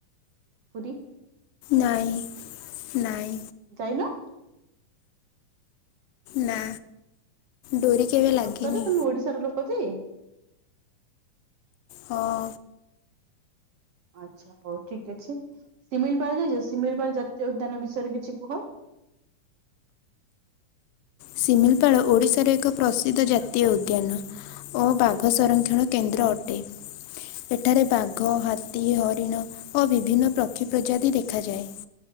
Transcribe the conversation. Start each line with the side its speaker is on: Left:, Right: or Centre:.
Right: ପୁରୀ?
Left: ନାଇଁ ନାଇଁ।
Right: ଯାଇନ?
Left: ନା। ଡୋରି କେବେ ଲାଗିନି
Right: ସତରେ ତମେ ଓଡିଶାର ଲୋକ ଟି?
Left: ହଁ।
Right: ଆଚ୍ଛା ହଉ ଠିକ ଅଛି, ଶିମିଳିପାଳ ଯାଇଛ ଶିମିଳିପାଳ ଜାତୀୟ ଉଦ୍ୟାନ ବିଷୟରେ କିଛି କୁହ?
Left: ଶିମିଳିପାଳ ଓଡ଼ିଶାର ଏକ ପ୍ରସିଦ୍ଧ ଜାତୀୟ ଉଦ୍ୟାନ ଓ ବାଗ ବାଘ ସଂରକ୍ଷଣ କେନ୍ଦ୍ର ଅଟେ। ଏଠାରେ ବାଘ, ହାତ ତୀ, ହରିଣ ଓ ବିଭିନ୍ନ ପ୍ରକ୍ଷୀ ପ୍ରଜାତି ଦେଖାଯାଏ।